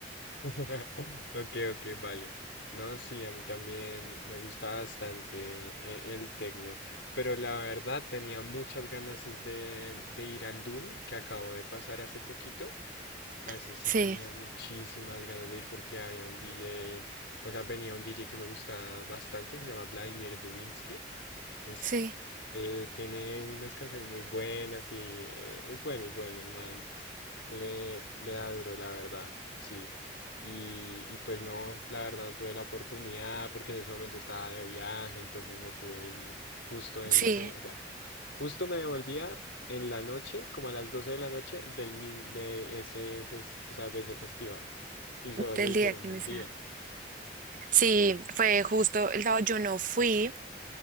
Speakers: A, on the left (about 75°); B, on the right (about 45°).
A: <laughs> Ok, ok, vale. No, sí, a mí también me gusta bastante e- el, tecno, pero la verdad tenía muchas ganas es de, de ir al Doom que acabo de pasar hace poquito. A
B: <laughs>
A: ese sí tenía
B: sí,
A: muchísimas ganas de ir porque había un DJ, o sea, venía un DJ que me gusta bastante, se llama Vladimir Dubinsky. Es,
B: sí,
A: eh, tiene unas canciones muy buenas y eh, es bueno, es bueno el man. Le, le da duro, la verdad, sí. Y, y pues no, la verdad no tuve la oportunidad porque en ese momento estaba de viaje, entonces no pude ir justo en
B: sí,
A: ese, o sea, justo me devolvía en la noche, como a las 12 de la noche, del, mi- de ese, fes- o sea, de ese festival. Y solo
B: del
A: lo hicieron
B: día que
A: un
B: me sea.
A: día,
B: Sí,
A: sí.
B: fue justo el sábado, yo no fui.